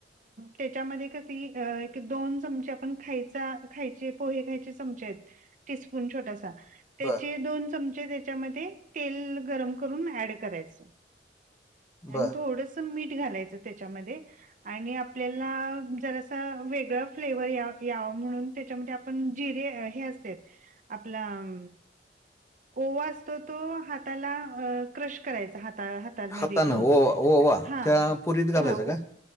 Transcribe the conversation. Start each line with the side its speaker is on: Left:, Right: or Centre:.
Right: त्याच्यामध्ये किती - दोन चमचे आपण खायचा खायचे पोहे खायचे चमचे आहेत टीस्पून छोटासा- त्याचे
Left: बरं,
Right: दोन चमचे त्याच्यामध्ये तेल गरम करून ऍड करायचं. आणि
Left: बरं.
Right: थोडस मीठ घालायचं त्याच्यामध्ये आणि आपल्याला जरास वेगळ फ्लेवर या याव म्हणून त्याच्यामध्ये- ण जीरे अ हे असतय आपला- ओवा असतो तो हाताला क्रश करायचा हाता- हाता मध्ये
Left: हातानं
Right: घेऊन
Left: ओवा ओवा
Right: हा
Left: त्या पुरीत
Right: हा.
Left: घालायचा का?